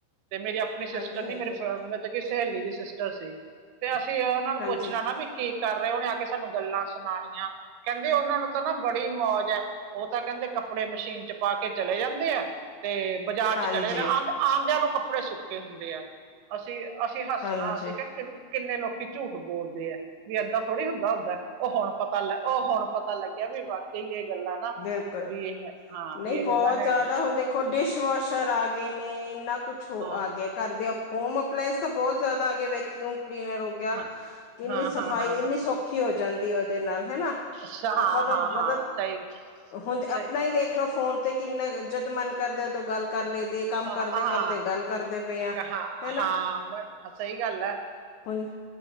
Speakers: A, on the right; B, on the left.
A: ਤੇ ਮੇਰੀ ਅਪਨੀ ਸਿਸਟਰ
B: ਹਾਂਜੀ ਹਾਂਜੀ
A: ਨੀ ਮੇਰੇ ਮਤਲਬ ਕਿ ਮੇਰੀ ਸਹੇਲੀ ਦੀ ਸਿਸਟਰ ਸੀ, ਤੇ ਅਸੀਂ ਆ
B: ਹਾਂਜੀ
A: ਪੁੱਛਨਾ ਨਾ ਵੀ ਕੀ ਕਰ ਤੇ ਉਹਨੇ ਆ ਕੇ ਸਾਨੂੰ ਗੱਲਾਂ ਸੁਣਾਣੀਆਂ, ਕਹਿੰਦੇ ਉਹਨਾਂ ਨੂੰ ਤਾਂ ਨਾ ਬੜੀ ਮੌਜ ਹੈ, ਉਹ ਤਾਂ ਕਹਿੰਦੇ ਕੱਪੜੇ ਤੇ ਮਸ਼ੀਨ ਚ ਪਾ ਕੇ ਚਲੇ ਜਾਂਦੇ ਆ ਤੇ ਬਾਜ਼ਾਰ
B: ਹਾਂਜੀ
A: ਚ ਚਲੇ, ਆਨ ਆ ਆਦਿਆਂ ਨੂੰ ਕੱਪੜੇ ਸੁੱਕੇ ਹੁੰਦੇ ਆ, ਅਸੀਂ ਅਸੀਂ ਹੱਸਨਾ
B: ਹਾਂਜੀ
A: ਅਸੀਂ ਕ ਕਿੰਨੇ ਲੋਕੀ ਝੂਠ ਬੋਲਦੇ ਏ ਭੀ ਏਦਾਂ ਥੋੜ੍ਹੀ ਹੁੰਦਾ ਲੈ ਉਹ ਹੁਣ ਪਤਾ ਲੈ, ਉਹ ਹੁਣ ਪਤਾ ਲੱਗਿਆ ਵੀ ਵਾਕਈ ਇਹ ਗੱਲਾਂ ਨਾ
B: ਬਿਲਪ
A: ਵੀ ਇਹ ਹਾਂ
B: ਨਹੀਂ
A: ਵੀ ਇਹ
B: ਬੋਹਤ
A: ਗੱਲਾਂ ਹੈਗੀਆਂ
B: ਜ਼ਿਆਦਾ ਹੁਨ ਦੇਖੋ ਡਿਸ਼ ਪਸ਼ਰ ਆ ਗੇ ਨੇ ਇੰਨਾ ਕੁਛ ਹੋ,
A: ਹਾਂ
B: ਆ ਗਿਆ ਘਰ ਦੇ ਹੋਮ ਅਪਲਾਇੰਸ ਤੇ ਬਹੁਤ ਜ਼ਿਆਦਾ ਆ ਗੇ, ਵੈਕਿਉਮ ਕਿਵੇ ਰੋਗਿਆ,
A: ਹਾਂ
B: ਕਿੰਨੀ
A: ਹਾਂ
B: ਸਫ਼ਾਈ
A: ਹਾਂ ਹਾਂ
B: ਇੰਨੀ
A: ਹਾਂ
B: ਸੌਖੀ ਹੋ ਜਾਂਦੀ ਉਹਦੇ ਨਾਲ
A: ਅੱਛਾ,
B: ਪਦਵ
A: ਹਾਂ ਹਾਂ
B: ਬਲਵ,
A: ਹਾਂ ਸਹੀ
B: ਹੁੰਨ
A: ਸਹੀ
B: ਅਪਨਾ ਹੀ ਦੇਖ ਲਓ ਫੋਨ ਤੇ ਕਿੰਨਾ ਜਦ ਮਨ ਕਰਦੇ ਉਦੋਂ ਗੱਲ ਕਰਨੇ ਦੇ ਕੰਮ
A: ਹਾਂ
B: ਕਰਦੇ ਕਰਦੇ ਗੱਲ ਕਰਦੇ ਪਏ ਆ,
A: ਕਹਾ
B: ਹੈਨਾ
A: ਹਾਂ ਬ- ਸਹੀ ਗੱਲ ਹੈ
B: ਹੁਨ,